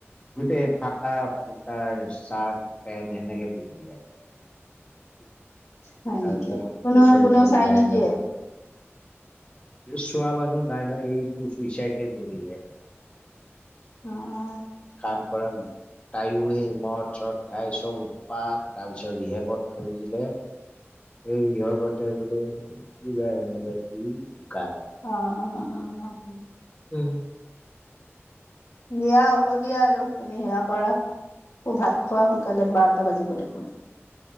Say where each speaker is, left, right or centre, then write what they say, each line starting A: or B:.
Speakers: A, on the left; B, on the left.
A: গোটেই ফটা ফুটা চাৰ্ট পেণ্ট সেনেকে পিন্ধিয়ে আহে
B: হয়
A: তাৰপিছত
B: নেকি কোনো
A: পুলিচে
B: কোনেও
A: লৈ
B: চাই
A: যায়
B: নিদিয়ে
A: আৰু চোৱা মানুহ নাই ন এইটো চুইচাইডে কৰিলে
B: অ অ
A: কাম কৰা বোলি তাইও সেই মদ চদ খাই চব উৎপাত তাৰপিছত ৰিহেবত থৈ দিলে এই ইয়বতে বোলে কিবা এনেকে কি ঢুকাল।
B: অ অ অ অহ
A: উম
B: দিয়া হ'ব দিয়া আৰু তুমি সেয়া কৰা অ ভাত খোৱা সোনকালে বাৰটা বাজিব দেখোন